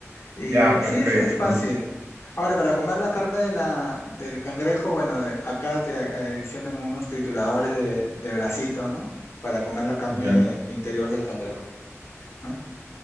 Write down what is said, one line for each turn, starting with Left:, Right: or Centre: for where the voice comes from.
Left: Y
Right: Ya, perfecto.
Left: sí, es, es fácil. Ahora, para comer la carne de la, del cangrejo, bueno, eh, acá te adicionan unos trituradores de, de bracitos, ¿no? Para comer la carne
Right: Ya.
Left: interior del cangrejo, ¿no?